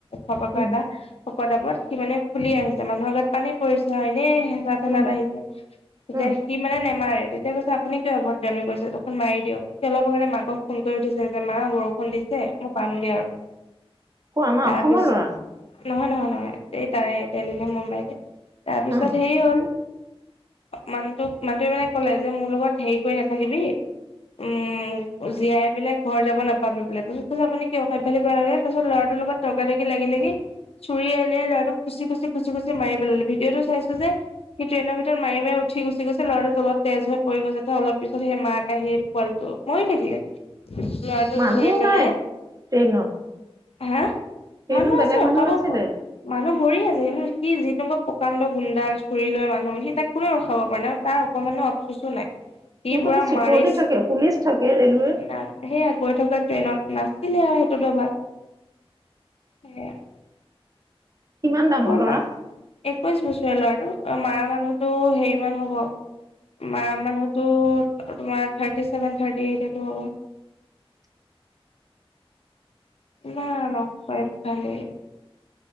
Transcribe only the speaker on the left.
খাব পাই
পাই, শকত-আবত, সি মানে খুলি আহিছে, মানুহৰ গাত পানী পৰিছে হয়নে? <unintelligible>
আহিছে, এতিয়া
সি মানে নেমাৰে সি কৈছে আপুনি কিয় অভদ্ৰামি কৰিছে, এইখন মাৰি দিয়ক। সি অলপ আগতে মাকক ফোন কৰি উঠিছেহে যে মা বৰষুণ দিছে মই পামগে আৰু
তাৰপিছ
নহয়, নহয়, নহয়। এই তাৰেই, ডেলহি নে মুম্বাইৰ। তাৰপিছত
হেৰি হ'ল মানুহটোক, মানুহটোৱে মানে কলে যে মোৰ লগত হেৰি কৰি নাথাকিবি উম, জীয়াই পেলাই ঘৰ যাব নাপাবি বোলে‌‌ <unintelligible> আপুনি কি অসভ্যালি কৰে‌ ৰে তাৰছত ল'ৰাটো টোৰ লগত তৰ্কা তৰ্কি লাগি লাগি চুৰিৱে উলিয়াই ল'ৰাটোক‌ খুচি খুচি খুচি খুচি মাৰি পেলালে। ভিডিঅ'টো চাইছো যে, সি ট্ৰেইনৰ ভিতৰত মাৰি মাৰি উঠ উঠি গুচি গৈছে, ল'ৰাটো তলত তেজ হৈ পৰি গৈছে। তাৰ অলপ‌ পিছত সেই মাক আহি পোৱালীটো, মৰি থাকিলে। ল'ৰাটো
ধৰি পেলাই
হা,
মানুহ
আছে। <unintelligible>
মানুহ ভৰি আছে, কিন্তু সি <unintelligible> প্ৰকাণ্ড গুণ্ডাৰ চুৰি লৈ মানুহ, সি তাক কোনেও ৰখাব পৰা নাই তাৰ অকণমানো আফচুচো নাই। সি
পুৰা
মাৰিচ,
নাই সেইয়া গৈ থকা ট্ৰেইনত না আছিলে আৰু সেইটো দবাত, সেয়া
<unintelligible>
একৈচ বছৰীয়া ল'ৰাটো, মাৰা মানুহতো হেৰি মান হ'ব মাৰা মানুহতো তোমাৰ থাৰ্টি চছেভেন, থাৰ্টি এইট এইটো হ'ব। ইমান অস্যভালি।